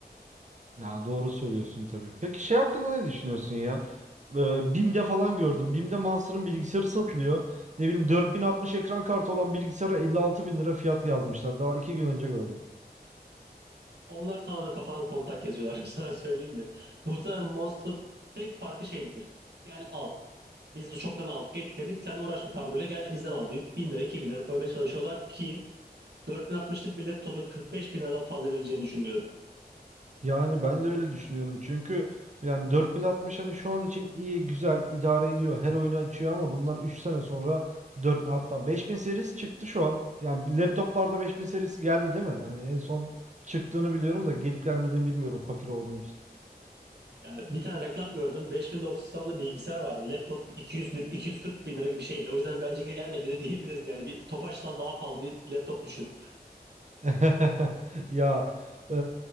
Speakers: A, on the right (about 45°); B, on the right (about 80°).
A: Ya doğru söylüyorsun tabii. Peki şey hakkında ne düşünüyorsun ya? Ee, BİM'de falan gördüm. BİM'de Monster'ın bilgisayarı satılıyor. Ne bileyim 4060 ekran kartı olan bilgisayara 56 bin lira fiyat yazmışlar. Daha iki gün önce gördüm.
B: Onlar tamamen kafadan kontak yazıyorlar. <laughs> Sana söyleyeyim mi? Muhtemelen monster tek farkı şeydir. Gel al. Biz bu çoktan aldık getirdik. Sen uğraşma kargoyla gel bizden al deyip 1000 lira 2000 lira koymaya çalışıyorlar ki 4060'lık bir laptopa 45 bin liradan fazla verileceğini düşünmüyorum.
A: Yani ben de öyle düşünüyorum. Çünkü yani 4060 hani şu an için iyi, güzel, idare ediyor. Her oyunu açıyor ama bundan 3 sene sonra 4 hatta 5000 serisi çıktı şu an. Yani laptoplarda 5000 serisi geldi değil mi? Hani en son çıktığını biliyorum da gelip gelmediğini bilmiyorum fakir olduğum için.
B: Yani bir tane reklam gördüm. 5090'lı bilgisayar vardı. Laptop 200 lip- 240 bin lira gibi bir şeydi. O yüzden bence gelmedi de diyebiliriz yani. Bir Tofaş'tan daha pahalı bir laptop düşün.
A: <laughs> Ya e,